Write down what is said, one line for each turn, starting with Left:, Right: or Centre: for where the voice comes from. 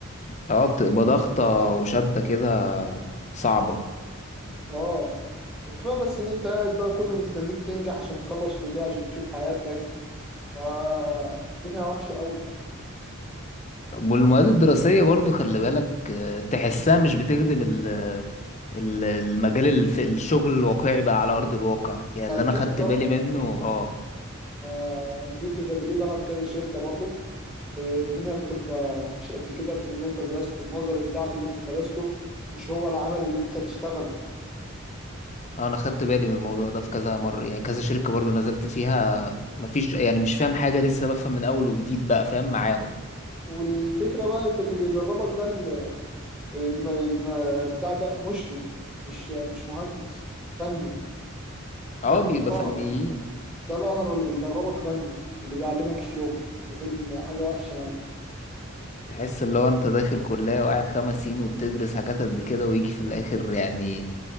Left: اه بتبقى ضغطة وشدة كده صعبة
Centre: اه وكفايه بس ان انت قاعد بقى كله مستنيك تنجح عشان تخلص كليه عشان تشوف حياتك فالدنيا وحشه قوي
Left: والمواد الدراسية برضو خلي بالك آه، تحسها مش بتخدم ال ال- المجال الف- الشغل الواقعي بقى على أرض الواقع يعني اللي
Centre: اكيد
Left: أنا خدت
Centre: طبعا
Left: بالي منه اه
Centre: آه نزلت تدريب انا في كذا شركه برضو آه، الدنيا بتبقى مش قد كده من اللي انت درسته النظري بتاعك اللي انت درسته مش هو العمل اللي انت هتشتغله
Left: آه، انا خدت بالي من الموضوع ده في كذا مره يعني كذا شركه برضو نزلت فيها مفيش يعني مش فاهم حاجه لسه بفهم من اول وجديد بقى فاهم معاهم
Centre: والفكره بقى في اللي بيدربك ده ال- الم- الم- بتاع ده مشرف مش مش مهندس فني
Left: اه
Centre: ده القهرة
Left: بيبقى فنيين
Centre: ده القهر اللي بيدربك فني اللي بيعلمك الشغل فدي ال- حاجة وحشة يعني
Left: تحس اللي هو انت داخل كليه وقاعد خمس سنين وبتدرس حاجات قد كده ويجي في الاخر يعني